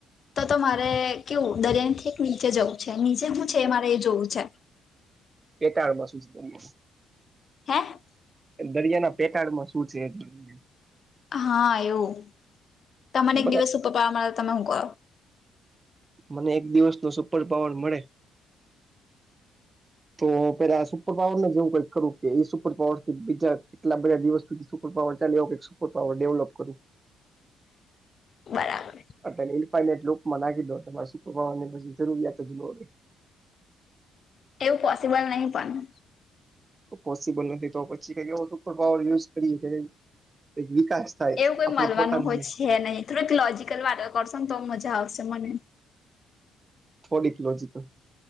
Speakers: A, on the left; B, on the right.
A: તો તો મારે કેવું દરિયા ઠેઠ નીચે જવું છે નીચે હું છે એ મારે એ જોવું છે.
B: પેટાળ મા શું છે.
A: હે.
B: દરિયાના પેટાળમાં શું છે એ જોઇએ.
A: હા એવું તમને એક
B: બરાબર
A: દિવસ સુપર પાવર મળે તો તમે હું કરો.
B: મને એક દિવસ નો સુપર પાવર મળે. તો પેલા સુપર પાવર ને જેવું કઈ કરુ કે એ સુપર પાવર થી બીજા કેટલા બધા દિવસ સુધી સુપરપાવર ચાલે એવુ કાક સુપર પાવર ડેવલપ કરું.
A: બરા
B: પ એ પનેટું <inaudible> મ નાખી દો તો મારે સુપર પાવરની પછી જરૂરિયાત જ ના હોય.
A: એવું પોસિબલ નહી પણ
B: પોસિબલ નથી તો પછી કેવો એ સુપર પાવર યુઝ કરીએ કે ક વિકાસ. થાય
A: એવું કોઈ
B: આપણું
A: મળવાનું
B: પોતાનું
A: હોય
B: નહી
A: છે નહીં થોડુંક લોજીિકલ વાતો કરશો ને તો મજા આવશે મને.
B: થોડીક લોજકલ.